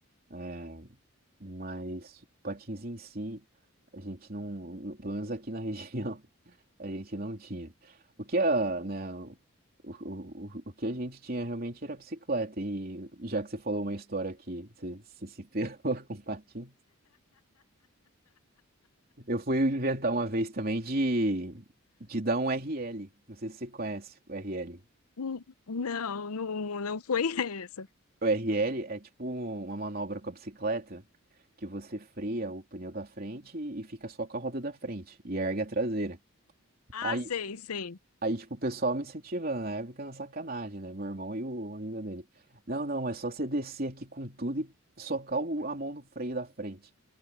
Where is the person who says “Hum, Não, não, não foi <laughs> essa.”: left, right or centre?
Left